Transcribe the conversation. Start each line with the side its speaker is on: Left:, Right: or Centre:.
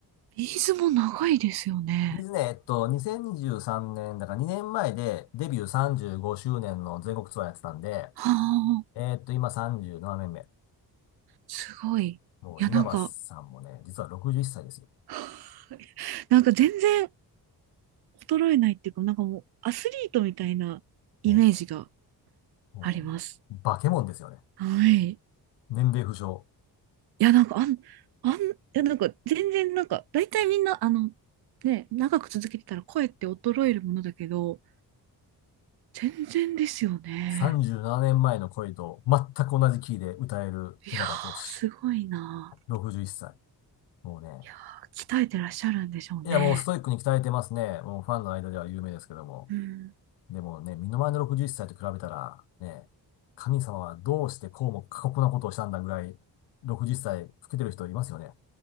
Right: ビーズも長いですよね。
Left: ビズね、えっと、2023年、だから2年前でデビュー35周年の全国ツアーやってたんで、
Right: はあ、
Left: えっと、今37年目。
Right: すごい。いや、
Left: もう稲葉さんもね、
Right: なんか、
Left: 実は61歳ですよ。
Right: <laughs> なんか全然衰えないっていうか、なんかもうアスリートみたいなイメージが
Left: え、もう、
Right: あります。
Left: 化け物ですよね。
Right: はい。
Left: 年齢不詳。
Right: いや、なんか、あん、あん、いや、なんか、全然、なんか、大体みんな、あの、ね、長く続けてたら声って衰えるものだけど、全然ですよね。
Left: 37年前の恋と全く同じキーで歌える稲葉浩志。
Right: いやー、すごいな。
Left: 61歳。もうね。
Right: いやー、鍛えてらっしゃるんでしょうね。
Left: いや、もうストイックに鍛えてますね。もうファンの間では有名ですけども。
Right: うん。
Left: でもね、身の回りの61歳と比べたら、ね、神様はどうしてこうも過酷なことをしたんだぐらい、60歳老けてる人いますよね。